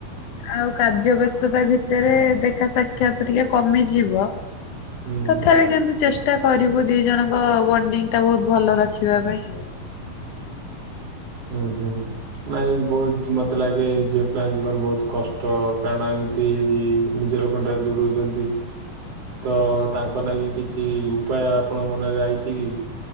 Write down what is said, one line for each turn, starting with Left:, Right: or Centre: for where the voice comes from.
Left: ଆଉ କାର୍ଯ୍ୟ ବ୍ୟସ୍ତତା ଭିତରେ ଦେଖା ସାକ୍ଷାତ ଟିକେ କମିଯିବ।
Right: ହୁଁ
Left: ତଥାପି କିନ୍ତୁ ଚେଷ୍ଟା କରିବୁ ଦି ଜଣଙ୍କ ବଣ୍ଡିଙ୍ଗ୍ ଟା ବହୁତ୍ ଭଲ ରଖିବା ପାଇଁ।
Right: ହୁଁ ହୁଁ ନାଇଁ ବହୁତ୍ ମତେ ଲାଗେ ଝିଅ ପିଲା ଙ୍କ ଜୀବନ ବହୁତ୍ କଷ୍ଟ କାରଣ ଏମିତି କି ନିଜ ଲୋକ ଟା <unintelligible> ଦୂରଉଛନ୍ତି। ତ ତାଙ୍କ ଲାଗି କିଛି ଉପାୟ ଆପଣଙ୍କ ମନରେ ଆଇଚି କି?